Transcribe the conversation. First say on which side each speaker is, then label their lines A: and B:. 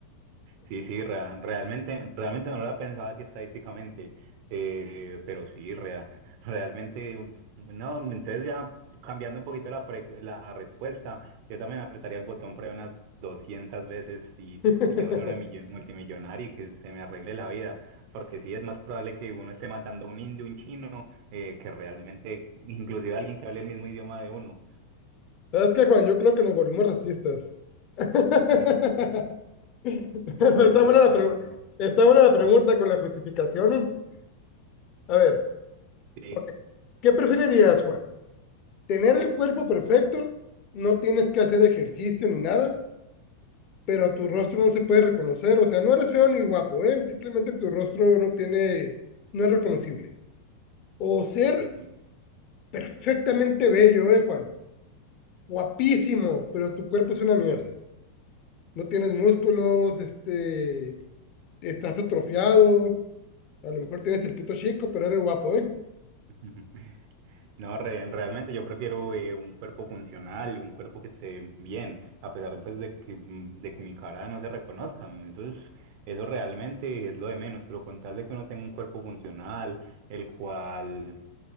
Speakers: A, on the right (about 45°); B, on the left (about 40°).
A: Sí, sí, rea- realmente, realmente no lo había pensado así estadísticamente, eh, pero sí, rea- realmente, um, no, entonces ya cambiando un poquito la, pre- la respuesta, yo también apretaría el botón pre unas 200 veces y,
B: <laughs>
A: y yo volverme millo- multimillonario y que se me arregle la vida, porque sí es más probable que uno esté matando a un indio, un chino, eh, que realmente, inclusive alguien que hable el mismo idioma de uno.
B: ¿Sabes qué, Juan? Yo creo que nos volvimos racistas. <laughs>
A: <laughs>
B: Está
A: Pues no,
B: buena
A: ra-
B: la
A: no,
B: pregunta
A: no, no.
B: Está buena la pregunta
A: <laughs>
B: con la justificación. A ver,
A: Sí,
B: ok. ¿Qué preferirías, Juan? ¿Tener el cuerpo perfecto? No tienes que hacer ejercicio ni nada, pero tu rostro no se puede reconocer. O sea, no eres feo ni guapo, ¿eh? Simplemente tu rostro no tiene, no es reconocible. O ser
A: sí, sí.
B: perfectamente bello, ¿eh, Juan? Guapísimo, pero tu cuerpo es una mierda. No tienes músculos, este, estás atrofiado, a lo mejor tienes el pito chico, pero eres guapo, ¿eh?
A: <laughs> No, re- realmente yo prefiero eh, un cuerpo funcional, un cuerpo que esté bien, a pesar pues de que, mm, de que mi cara no se reconozca. Eso es, eso realmente es lo de menos, pero con tal de que uno tenga un cuerpo funcional, el cual